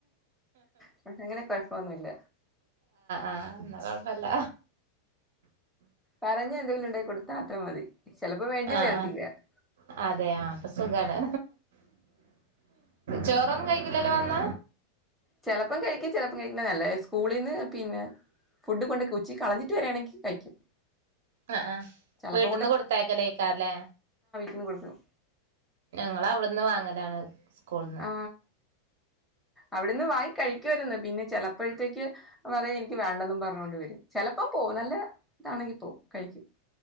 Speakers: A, in the centre; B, on the right.
A: ഇവർക്ക് അങ്ങനെ കുഴപ്പൊന്നുല്ല
B: ആ എന്നാ കുഴപ്പല്ല
A: പറഞ്ഞാ എന്തെങ്കിലും ഉണ്ടാക്കി കൊടുക് അത്ര മതി ചിലപ്പോ വേണ്ടി
B: ആഹ്
A: വരത്തില്ല
B: അഹ് അതെയാ അപ്പ സുഖാണ് ചോറൊന്നും കഴി ക്കില്ലല്ലോ വന്ന
A: ചെലപ്പം കഴിക്കും ചെലപ്പം കഴിക്കില്ല നല്ല സ്കൂളീന്ന് പിന്നെ ഫുഡ് കൊണ്ട്ക്കെ ഉച്ചിക്ക് കളഞ്ഞിട്ട് വരാണെങ്കിൽ കഴിക്കും.
B: ആഹ് ആഹ്
A: ചെലപ്പോ
B: വീട്ട്ന്ന് കൊടുത്തയക്കലേക്കാരലേ.
A: ന്ന് കൊടുക്കും.
B: ഞങ്ങള് അവിടുന്ന് വാങ്ങലാണ്. സ് കൂൾന്ന്
A: ആ അവിടുന്ന് വാങ്ങി കഴിക്കുവായിരുന്ന്. പിന്നെ ചെലപ്പഴ്ത്തേക്ക് പറയും എനിക്ക് വേണ്ടന്നും പറഞ്ഞോണ്ട് വരും ചെലപ്പം പോവും നല്ല ഇതാണെങ്കി പോവും. കഴിക്കും